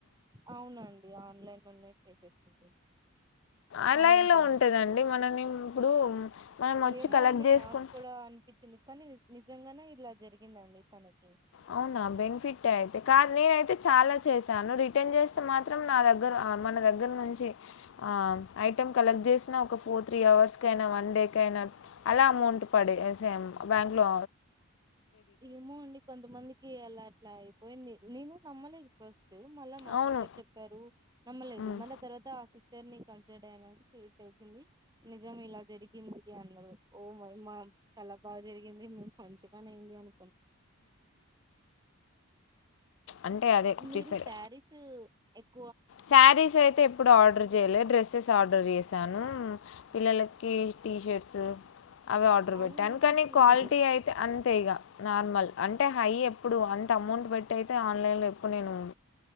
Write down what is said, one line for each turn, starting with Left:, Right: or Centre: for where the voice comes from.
Right: అవునండి ఆన్లైన్ లోనే పె చేస్తది
Left: అలా
Right: ఆన్లైన్
Left: ఎలా
Right: పేమెంట్
Left: ఉంటదండి?
Right: అనమాట
Left: మనం ఇప్పుడు మనం వచ్చి
Right: ఏమో
Left: కలెక్ట్
Right: అండి
Left: జేసుకుం
Right: నాకు కూడా అనిపించింది కానీ నిజంగానే ఇలా జరిగిందండి తనక్
Left: అవునా బెనిఫిట్ే అయితే కాద్ నేనైతే చాలా చేశాను రి మాత్రం నా దగ్గర ఆ మన దగ్గర నుంచి ఆ ఐటెం కలెక్ట్ చేసిన ఒక టు త్రీ అవర్స్ స్ కైనా వన్ కైనా అలా అమౌంట్ పదే సే బ్యాంక్ లో
Right: ఏమో అండి కొంతమందికి అలా అట్లా అయిపోయింది నేను నమ్మలేదు ఫస్ దు మళ్ళా మా
Left: అవును
Right: సిస్టర్ చెప్పారు నమ్మలేదు
Left: ఉమ్
Right: మళ్ళా తర్వాత ఆ సిస్ స్టర్ని కన్సిర్ అయినక తెలిసింది నిజం ఇలా జరిగింది అన్నారు ఓ మైమా చల బాగా జరిగింది మ్ మంచి పైన్ది అన్
Left: అంటే అదే
Right: మీరు
Left: ప్రిఫర్
Right: శారీస్ ఎక్
Left: శారీస్ అయితే ఎప్పుడు ఆర్డర్ చేయలే డ్రెస్సెస్ ఆడ్ ర్డర్ చేశాను పిల్లలకి టీషర్ ట్స్ అవి ఆర్డర్
Right: అవును
Left: పెట్టాను కానీ
Right: మీకు
Left: క్వాలిటీ అయితే అం తే ఇగా నార్మల్ అంటే హై ఎప్పుడు అంత అమౌంట్ పెట్టి అయితే ఆన్లైన్లో ఎప్పుడు నేను